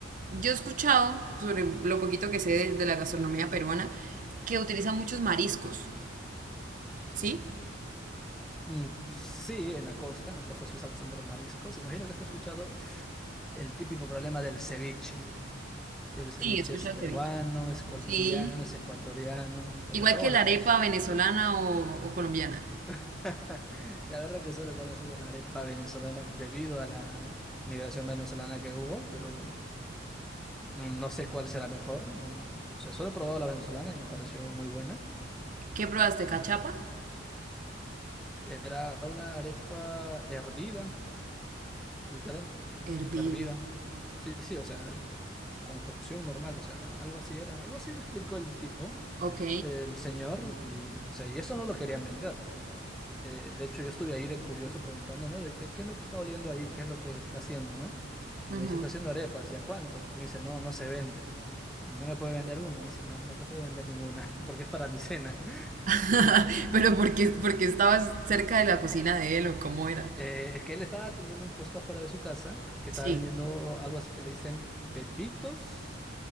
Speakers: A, on the right; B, in the centre.
A: yo he escuchado, sobre lo poquito que sé de, de la gastronomía peruana, que utilizan muchos mariscos. ¿Sí?
B: Mm, sí, en la costa, en la costa se usa bastante los mariscos. Imagino que has escuchado el típico problema del ceviche, que el ceviche
A: Sí, escucha
B: es peruano,
A: el ceviche.
B: es colombiano,
A: Sí.
B: es ecuatoriano, es
A: Igual
B: de todos
A: que la
B: lados.
A: arepa venezolana o o colombiana.
B: <laughs> La verdad que solo he conocido la arepa venezolana debido a la migración venezolana que hubo, pero no no sé cuál será mejor. No, no- o sea, solo he probado la venezolana y me pareció muy buena.
A: ¿Qué probaste? ¿Cachapa?
B: Era una arepa hervida, literal,
A: Hervida.
B: hervida. Sí, sí, o sea, con cocción normal, o sea, algo así era. Algo así me explicó el tipo,
A: Ok.
B: el señor, y, o sea, y eso no lo querían vender. Eh, de hecho, yo estuve ahí de curioso preguntando, ¿no? De qué, qué es lo que está oliendo ahí, qué es lo que está haciendo, ¿no? Y
A: ujú.
B: me dice, está haciendo arepas, ¿y a cuánto? Y me dice, no, no se vende. Y no me puede vender uno. Me dice, no, no te puedo vender ninguna <laughs> porque es para mi cena. <laughs>
A: <laughs> Pero porque, porque estabas cerca de la cocina de él o cómo era.
B: Eh, es que él estaba teniendo un puesto afuera de su casa que estaba
A: Sí.
B: vendiendo algo así que le dicen pepitos